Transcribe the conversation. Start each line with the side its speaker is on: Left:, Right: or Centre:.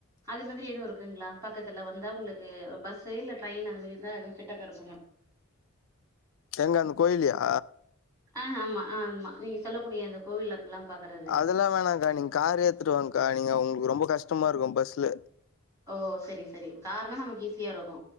Right: அது மாதிரி எதுவு இருக்குங்ளா பக்கத்துல வந்தா உங்களுக்கு பஸ்ஸு இல்ல ட்ரெயினு அது மாதிரி எதாவ்து கிட்டக்க இருக்
Left: எங்க அந்த கோயில்லயா
Right: ஆ ஆமா ஆமா நீங்க சொல்லக்கூடிய அந்த கோவில் அங்கல்லாம் பாக்கறது
Left: அதெல்லா வேணாக்கா நீங்காரே எடுத்துட்டுவாங்க்கா நீங்க உங்களுக்கு ரொம்பொ கஷ்டமா இருக்கூ பஸ்ல
Right: ஓ செரி செரி இப்ப கார்னா நமக்கு ஈஸியா இருக்கூ